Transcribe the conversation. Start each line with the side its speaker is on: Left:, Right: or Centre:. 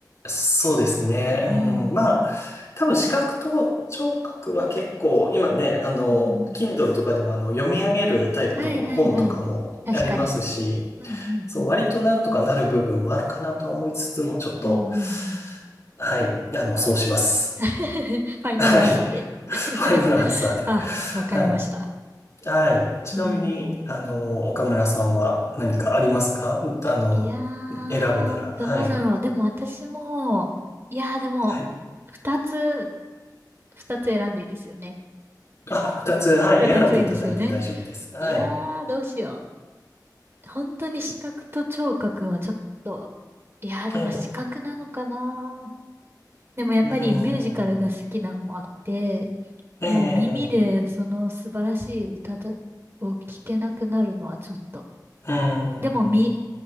Left: そうですね。
Right: うん。
Left: うん、まあ、多分視覚と聴覚は結構、今ね、あの、
Right: うんうん。
Left: Kindle とかでもあの読み上げるタイプの本とかもありますし、
Right: はいはいはい。確かに。うんうんうん。
Left: そう、割となんとかなる部分もあるかなとは思いつつも、ちょっと、
Right: うんうんうん。
Left: はい、あの、そうします。
Right: <laughs> ファイナルアンサーで。
Left: はい。<laughs> ファイナルアンサーで。
Right: <laughs> あ、わかりました。
Left: はい。はい。ちなみに、
Right: うん。
Left: あの、岡村さんは何かありますかあの、
Right: いや
Left: 選ぶなら。
Right: ー、
Left: はい。
Right: どうだろう。でも私も、いやーでも、
Left: はい
Right: 二つ、二つ選んでいいですよね。
Left: あ、二つ、はい、
Right: 二ついいですよね。
Left: 選んでいただいて大丈夫です。はい。
Right: いやー、どうしよう。本当に視覚と聴覚はちょっと、いやーでも視覚なのかな。
Left: ええ、
Right: でもやっぱりミュージカルが好きなのもあって、
Left: うーん、ええ、
Right: もう耳でその素晴らしい歌だを聞けなくなるのはちょっと。
Left: うーん、
Right: でもみ